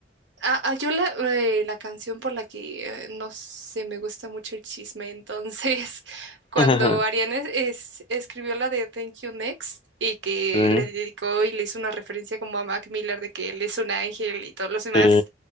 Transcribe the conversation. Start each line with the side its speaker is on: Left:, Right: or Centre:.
Right: Ah, ah, yo la, eh, la canción por la que eh, no sé, me gusta mucho el chisme. Entonces, <laughs> cuando
Left: <laughs>
Right: Ariana es- es- escribió la de Thank You Next y que
Left: Sí,
Right: le dedicó y le hizo una referencia como a Mac Miller de que él es un ángel y todos los demás,
Left: sí.